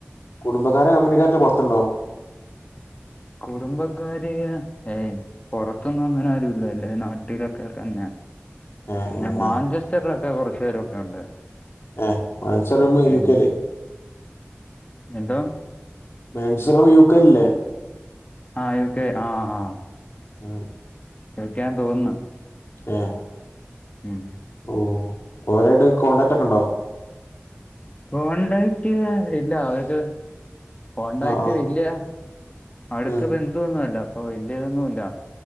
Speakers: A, on the left; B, on the left.
A: കുടുംബക്കാരെ കമ്പനിക്കാരന്റെ പുറത്തുണ്ടോ?
B: കുടുംബക്കാര് ഏയ് പൊറത്ത്ന്ന് അങ്ങനെ ആരും ഇല്ല എല്ലാംനാട്ടിലൊക്കെ തന്നെ
A: ഏ
B: പിന്നെ
A: ഏ
B: മാഞ്ചസ്റ്ററിലൊക്കെ
A: ഏ
B: കുറച്ച് പേരൊക്കെ ഉണ്ട്.
A: ഏ മത്സരമ്മ യു
B: ഉം.
A: കെ ല്
B: എന്തോ
A: മൻസർവാ യൂ ക്കെലല്ലേ?
B: ആ യൂക്കെ ആ ആ
A: ആ
B: കഴിക്കാൻ തോന്നുന്ന്.
A: ആ
B: ഉം
A: ഓ ഓരോട് കോൺടാക്ട് ഒക്കെ ഉണ്ടോ?
B: പോൺണ്ട് ഇല്ല അവര്ടെ കോണ്ടാക്ട്
A: ആ ആ
B: വല്ല്യ അടുത്ത
A: ഉം
B: ബന്ത ഇതൊന്നല്ല അപ്പൊ വലിയതൊന്നുമല്ല.